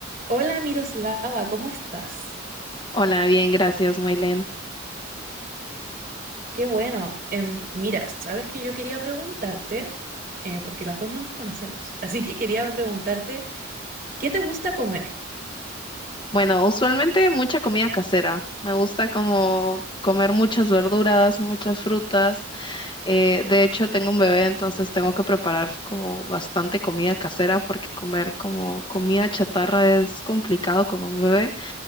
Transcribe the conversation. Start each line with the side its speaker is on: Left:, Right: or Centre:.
Right: Hola Miroslava, ¿cómo estás?
Left: Hola, bien, gracias, Maylen.
Right: Qué bueno. Em, mira, sabes que yo quería preguntarte, eh, porque las dos no nos conocemos, así que quería preguntarte, ¿qué te gusta comer?
Left: Bueno, usualmente mucha comida casera. Me gusta como comer muchas verduras, muchas frutas. Eh, de hecho, tengo un bebé, entonces tengo que preparar como bastante comida casera porque comer como comida chatarra es complicado con un bebé.